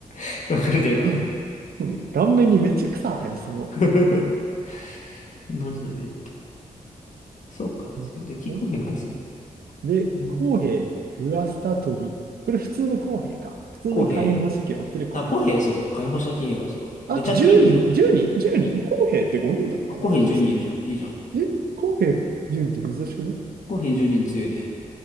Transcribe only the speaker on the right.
うん、うん顔面にめっちゃ草当たりそ
う。
うんで、
公平、グアスタトリ。これ普通の公平か。普通の火炎放射器を持ってる公平。
あと10人、
10人 ?10 人公平って5人だった気がするね。
え、公平10人って珍しくね、